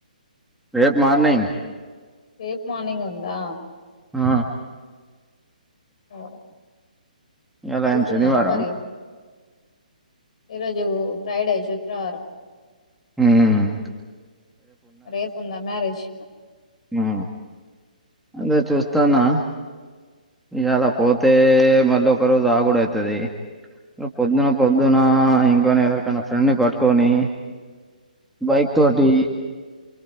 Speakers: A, in the centre; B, on the left.
A: రేపు మార్నింగ్
B: రేపు మార్నింగ్ ఉందా
A: ఆ
B: ఓ
A: ఇయాల
B: వెళ్తున్నారా
A: ఎం శనివారం
B: మరి ఈరోజు ఫ్రైడే శుక్రవారం
A: హ్హ్ మ్మ్
B: రేపు ఉందా మ్యరేజ్
A: ఆ అదే చూస్తాన్నా ఇవాళ పోతే మళ్ళీ ఒక రోజు ఆగుడు అయితది పొద్దున పొద్దున ఇంకొ ఎవరికన్నా ఫ్రెండ్ ని పట్టుకొని బైక్ తోటి
B: మ్మ్